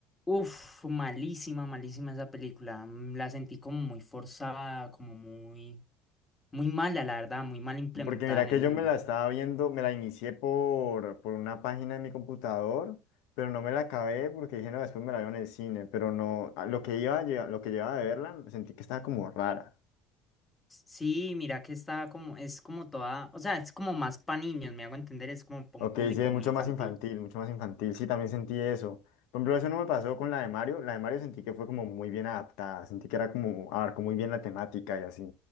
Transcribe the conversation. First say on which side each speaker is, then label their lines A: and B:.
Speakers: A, on the left (about 20°); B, on the left (about 75°).
A: Uf, malísima, malísima esa película. Mm, La sentí como muy forzada, como muy, muy mala, la verdad, muy mal implementada
B: Porque mira
A: en
B: que
A: el mundo.
B: yo me la estaba viendo, me la inicié por, por una página de mi computador, pero no me la acabé porque dije, no, después me la veo en el cine, pero no, a lo que iba, a lle- lo que llevaba de verla, sentí que estaba como rara.
A: Sí, mira que está como, es como toda, o sea, es como más para niños, me hago entender, es como para
B: Ok,
A: un público
B: sí, es
A: muy
B: mucho
A: infantil.
B: más infantil, mucho más infantil. Sí, también sentí eso. Por ejemplo, eso no me pasó con la de Mario. La de Mario sentí que fue como muy bien adaptada, sentí que era como, abarcó muy bien la temática y así.